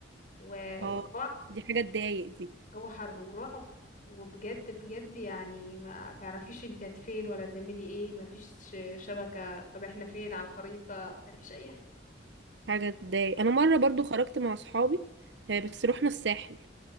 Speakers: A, on the left; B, on the right.
A: و-
B: اه
A: ووقعة
B: دي حاجة تضايق دي
A: جو حر ورعب وبجد بجد يعني ما تعرفيش انت فين ولا تعملي ايه ما فيش شبكة طب احنا فين على الخريطة ما تعرفيش اي حاجة
B: حاجة تضايق انا مرة برضو خرجت مع اصحابي آه بس رحنا الساحل